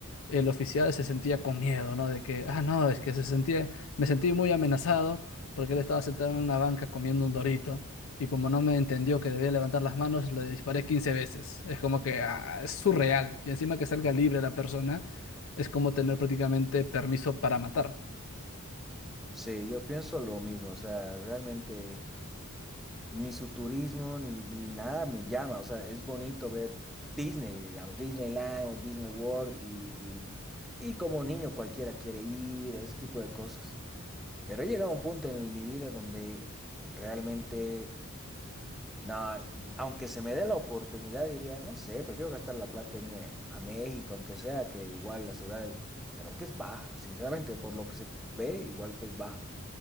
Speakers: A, on the left (about 65°); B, in the centre.
A: el oficial se sentía con miedo, ¿no? De que, ah, no, es que se sentía, me sentí muy amenazado porque él estaba sentado en una banca comiendo un dorito. Y como no me entendió que debía levantar las manos, le disparé 15 veces. Es como que ah, es surreal. Y encima que salga libre la persona, es como tener prácticamente permiso para matar.
B: Sí, yo pienso lo mismo, o sea, realmente ni su turismo ni, ni nada me llama, o sea, es bonito ver Disney, digamos, Disneyland o Disney World y, y, y como niño cualquiera quiere ir, ese tipo de cosas. Pero he llegado a un punto en mi vida donde realmente, na- aunque se me dé la oportunidad, diría, no sé, prefiero gastar la plata e irme a México, aunque sea que igual la seguridad creo que es baja, sinceramente, por lo que se ve, igual es baja,